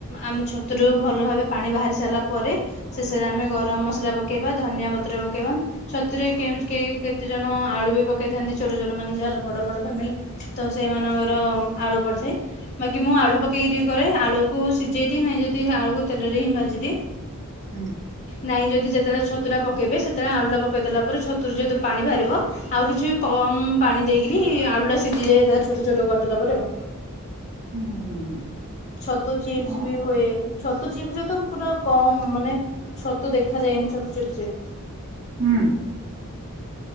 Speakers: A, on the left; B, on the right.
A: ଆମେ ଛତୁରୁ ଭଲ ଭାବେ ପାଣି ବାହାରି ସାରିଲା ପରେ ଶେଷରେ ଆମେ ଗରମ ମସଲା ପକେଇବା ଧନିଆ ପତ୍ର ପକେଇବା। ଛତୁରେ କେଉଜ କେଇ କେତେଜଣ ଆଳୁ ବି ପକେଇଥାନ୍ତି, ଛୋଟ ଛୋଟ ମାନେ ଯାହାର ବଡ଼ ବଡ଼ ଫ୍ୟାମିଲି। ତ ସେଇମାନଙ୍କର
B: ହୁଁ
A: ଆଳୁ ପଡ଼ିଥାଏ, ବାକି ମୁଁ ଆଳୁ ପକାମେଇକି ଟିକେ କରେ। ଆଳୁ କୁ ସିଝେଇ ଦିଏ ନାହିଁ ଯଦି ଆଳୁକୁ ତେଲରେ ହିଁ ଭାଜିଦିଏ।
B: <unintelligible>
A: ନାଇଁ ଯଦି ଯେତେବେଳେ ଛତୁ ଟା ପକେଇବେ, ସେତେବେଳେ ଆଳୁଟା ପକୈଇ ଦେଲା ପରେ, ଛତୁରୁ ଯେହେତୁ ପାଣି ବାହାରିବ ଆଉ କିଛି କମ୍ ପାଣି ଦେଇକିରି ଆଳୁଟା ସିଜିଯାଏ, ତାର ଛୋଟ ଛୋଟ କରିଦେଲା ପରେ ଆଉ।
B: ହୁଁ ହୁଁ
A: ଛତୁ ଚିପ୍ସ
B: ଆଉ
A: ବି
B: କଣ
A: ହୁଏ, ଛତୁ ଚିପ୍ସରେ ତ ପୁରା କମ ମାନେ ଛତୁ ଦେଖାଯାଏନି, ଛତୁ ଚିପ୍ସ ରେ।
B: ହୁଁ।